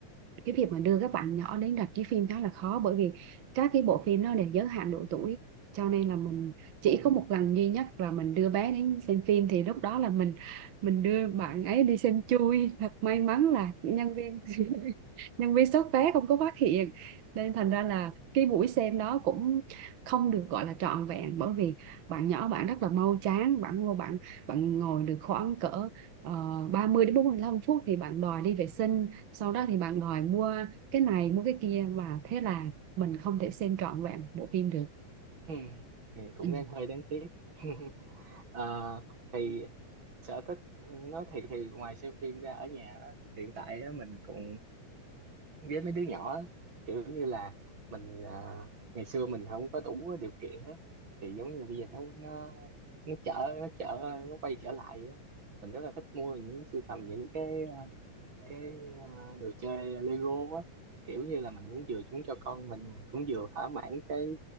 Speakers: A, on the right (about 60°); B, on the right (about 40°).
A: cái việc mà đưa các bạn nhỏ đến rạp chiếu phim khá là khó bởi vì các cái bộ phim nó đều giới hạn độ tuổi cho nên là mình chỉ
B: ừ,
A: có một lần duy nhất là mình đưa bé đến xem phim thì lúc đó là mình mình đưa bạn ấy đi xem chui thật may mắn là nhân viên nhân viên soát vé không có phát hiện nên thành ra là cái buổi xem đó cũng không được gọi là trọn vẹn bởi vì bạn nhỏ bạn rất là mau chán bạn ngồi bạn bạn ngồi được khoảng cỡ uh, 30 đến 45 phút thì bạn đòi đi vệ sinh sau đó thì bạn đòi mua cái này mua cái kia và thế là mình không thể xem trọn vẹn bộ phim được
B: ừ, thì cũng
A: ừ.
B: đang hơi đáng tiếc <laughs> Ờ, thì sở thích ừ, nói thiệt thì ngoài xem phim ra ở nhà á, hiện tại á, mình cũng với mấy đứa nhỏ á, kiểu như là mình à, ngày xưa mình không có đủ điều kiện á thì giống như là bây giờ nó nó nó trở nó trở nó quay trở lại á mình rất là thích mua những sưu tầm những cái cái ờ, đồ chơi Lego á kiểu như là mình muốn vừa chúng cho con mình mà cũng vừa thỏa mãn cái